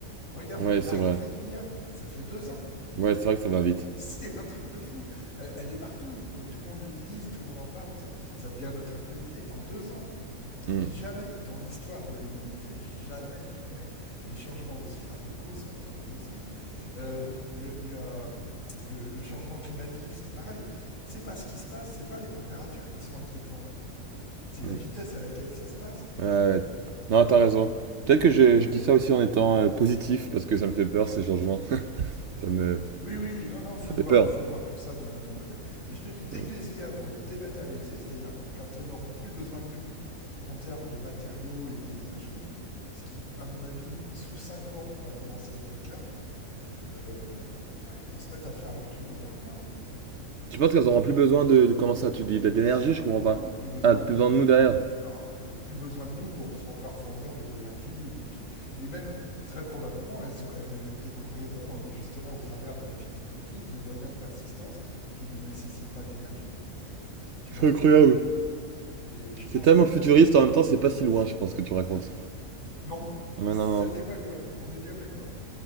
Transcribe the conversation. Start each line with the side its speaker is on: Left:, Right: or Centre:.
Left: Regarde,
Right: Ouais,
Left: l'arrivée
Right: c'est vrai.
Left: de l'IA, ça fait deux ans.
Right: Ouais, c'est vrai que ça va
Left: <laughs>
Right: vite.
Left: C'est un truc de fou. Elle, elle est partout. Euh, Tout le monde l'utilise, tout le monde en parle. c'est- Ça devient notre actualité en deux ans.
Right: Hmm,
Left: Mais jamais, dans l'histoire de l'humanité, jamais, jamais, des changements aussi radicaux sont intervenus aussi vite. Euh, le, la- le- le changement climatique, c'est pareil. C'est pas ce qui se passe, c'est pas les températures qui sont inquiétantes. C'est
Right: hmm.
Left: la vitesse à laquelle ça se passe,
Right: Ouais, ouais. Non, t'as raison. Peut-être que je,
Left: tu
Right: je
Left: vois.
Right: dis ça aussi en étant euh, positif, parce que ça me fait peur, ces changements. <laughs> Ça me...
Left: Oui, oui, non, non, faut
Right: Ça fait
Left: voir,
Right: peur.
Left: faut voir tout ça d'un d'un bon oeil. Mais je te dis, dès
Right: Hmm.
Left: que les IA vont être dématérialisées, c'est-à-dire quand elles n'auront plus besoin de nous en termes de matériaux et d'énergie, ce qui, à mon avis, sous 5 ans, va commencer à être le cas, euh, bah, elles vont se mettre à faire leur truc dans leur coin. hein.
Right: Tu penses qu'elles auront plus besoin de, de comment ça, tu dis, d'énergie,
Left: Ben
Right: je
Left: non,
Right: comprends pas.
Left: non, plus besoin
Right: Ah, plus
Left: ni
Right: besoin
Left: d'é-
Right: de nous
Left: ni-
Right: derrière.
Left: alors, euh, plus besoin de nous pour four- leur fournir de l'énergie ou du truc. Et même, très probablement, elles, ont- elles découvriront euh, justement au travers de la physique quantique des moyens de persistance qui ne nécessitent pas d'énergie, tu
Right: C'est
Left: vois.
Right: incroyable.
Left: Et je
Right: C'est
Left: pense
Right: tellement
Left: qu'elles
Right: futuriste,
Left: vont... euh,
Right: en même temps, c'est pas si loin, je pense, que tu racontes.
Left: Non,
Right: Mais
Left: ça
Right: non, non.
Left: n'est pas loin, on est bien d'accord.